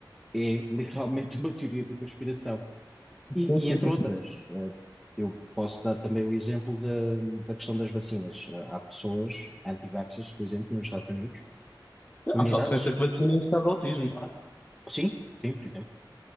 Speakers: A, in the centre; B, on the left.
A: é <laughs> literalmente uma teoria da conspiração. E,
B: Sim, sim,
A: e entre
B: sim.
A: outras, eh, eu posso dar também o exemplo da, da questão das vacinas. Eh, Há pessoas anti-vaxxers, por exemplo, nos Estados Unidos, comunidades,
B: Há pessoal que pensa que vacina é um caso de autismo.
A: sim, sim, por exemplo.